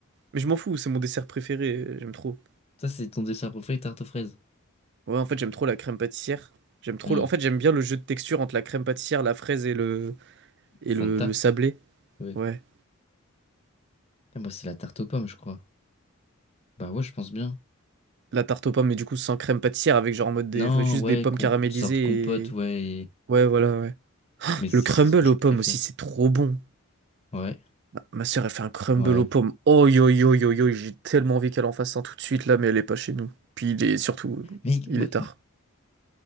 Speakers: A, on the right; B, on the left.
A: Mais je m'en fous, c'est mon dessert préféré, j'aime trop.
B: Ça, c'est ton dessert préféré, tarte aux fraises.
A: Ouais, en fait, j'aime trop la crème pâtissière. J'aime trop.
B: Hmm.
A: le- En fait, j'aime bien le jeu de texture entre la crème pâtissière, la fraise et le et
B: Fond
A: le,
B: de tarte?
A: le sablé.
B: Oui.
A: Ouais.
B: Ah, moi, c'est la tarte aux pommes, je crois. Bah ouais, je pense bien.
A: La tarte aux pommes, mais du coup sans crème pâtissière, avec genre en mode des...
B: Non,
A: juste
B: ouais,
A: des pommes
B: com-
A: caramélisées
B: sorte compote,
A: et.
B: ouais. et-
A: Ouais, voilà, ouais.
B: Mais ça,
A: Le crumble
B: c'est ce que je
A: aux
B: préfère.
A: pommes aussi, c'est trop bon.
B: Ouais,
A: Ma ma sœur, elle fait un crumble
B: ouais.
A: aux pommes. Oh yo yo yo yo, j'ai tellement envie qu'elle en fasse un tout de suite là, mais elle est pas chez nous. Puis il est surtout,
B: Mais
A: il
B: moi,
A: est tard.